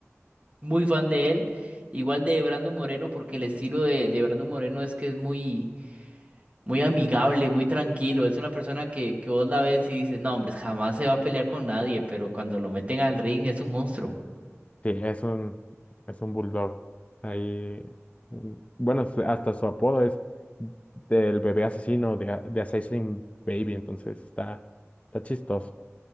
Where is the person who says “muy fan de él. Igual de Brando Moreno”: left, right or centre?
Right